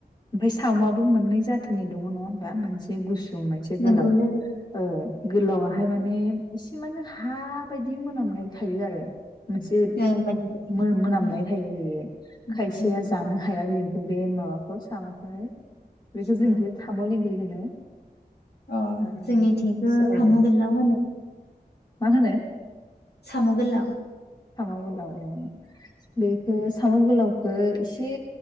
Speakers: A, on the left; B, on the left.
A: ओमफाय साम'आबो मोननै जाथोनि दङ' नङा हमबा मोनसे गुस सुं मोनसे गोलाव
B: नंगौ लोगो
A: ओ गोलावाहाय माने एसे मानो हा बायदि मोनामनाय थायो आरो मोनसे
B: ओं मोनसे
A: मो मोनामनाय
B: उम
A: थायो बेयो
B: उम
A: खायसेया
B: उम
A: जानो हाया बे बे माबाखौ साम'खोहाय बेखौ
B: औ
A: जोंथियो थाम लेंग्रि होनो <inaudible>
B: अ
A: ओ
B: जोंनिथिंबो
A: ओ
B: सामु गोललाव होनो
A: मा होनो
B: सामु गोललाव
A: साम' गोलाव ओ बेखौ साम' गोलाव खो एसे